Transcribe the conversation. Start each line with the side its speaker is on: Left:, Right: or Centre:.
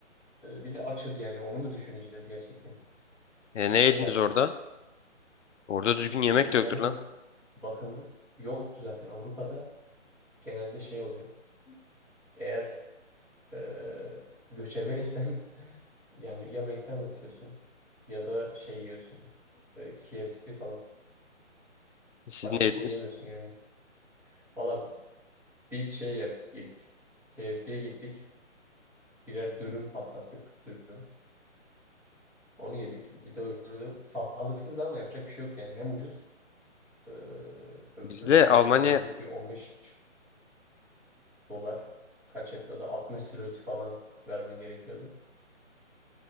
Centre: e, bir de açız yani onu mu düşüneceğiz gerçekten?
Left: E, ne
Centre: Şey
Left: yediniz
Centre: yaptık.
Left: orada? Orada düzgün
Centre: Gittik
Left: yemek
Centre: meydana
Left: de yoktur lan.
Centre: bak bakındık. Yoktu zaten Avrupa'da genelde şey oluyor. Eğer eee göçebeysen <laughs> yani ya McDonald's yiyorsun ya da şey yiyorsun. eee, KFC falan.
Left: Siz
Centre: Başka
Left: ne yediniz?
Centre: bir şey yemiyorsun yani. Valla biz şey ye- yedik. KFC'ye gittik. Birer dürüm patlattık. Dürüm. Onu yedik. Bir de öbürü sağlıksız ama yapacak bir şey yok yani. Hem ucuz eee öbür
Left: Biz
Centre: türlü
Left: de Almanya
Centre: restorana gidip bir 15 dolar kaç yapıyordu? 60 zloty falan vermen gerekiyordu.